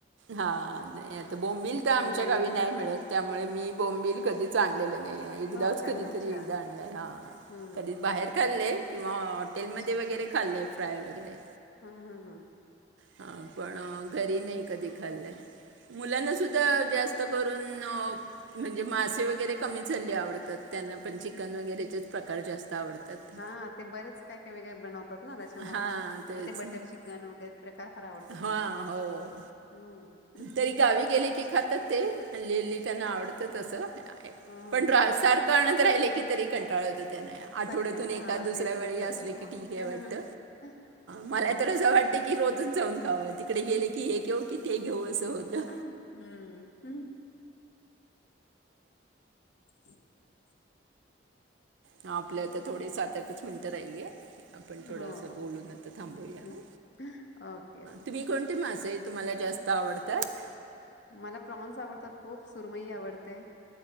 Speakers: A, on the right (about 75°); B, on the left (about 65°).
A: हा नाही आता
B: हा
A: बोंबील ते आमच्या
B: सुरमई
A: गावी नाही मिळत त्यामुळे मी बोंबील कधीच आणलेले आणि एकदाच
B: हो का
A: कधीतरी
B: अच्छा
A: एकदा आणलं हां
B: हम्म
A: कधीच बाहेर खाललं <unintelligible> किंवा हॉटेलमध्ये
B: अच्छा अच्छा
A: वगैरे
B: अच्छा
A: खाल्लंय फ्राय वगैरे
B: हम्म हम् हम्
A: हा पण घरी नाही कधी खाल्लाय
B: हम्म
A: मुलांना सुद्धा जास्त करून म्हणजे मासे वगैरे कमी झालले आवडतात त्यांना पण चिकन वगैरेचेच प्रकार जास्त आवडतात
B: हा ते बरेच काय काय वेगळे बनवतात ना त्याच्यामुळे
A: हां तेच
B: ते बटर चिकन वगैरे प्रकार फार आवडतात
A: हां
B: मुलांना
A: हो
B: हम्म
A: तरी गावी गेले की खातात ते खाल्लेली त्यांना आवडतं तसं
B: ह
A: पण रा सारख राहिले की तरी कंटाळत नाही आठवड्यातून
B: जरीकंठ
A: एका
B: हा कंटा, हा,
A: दुसऱ्या
B: तेच
A: वेळी
B: तेच होतं
A: असले
B: बुवा
A: की ठीक आहे वाटत
B: हम्म
A: मला तर असं वाटत की की रोजच जाऊन खाव कडे गेले की हे हो क ते घेऊ असं होत हं
B: हम्म <unintelligible>
A: ह आपल्या तर थोडी सात आठ च मिनिटं राहिलीय आपण थोडस
B: हो हो
A: बोलून आता थांबूया
B: ओके
A: ह
B: ओके
A: तुम्ही कोणते मा ते तुम्हाला जास्त आवडतात
B: मला प्रॉन्स आवडतात खूप सुरमई आवडते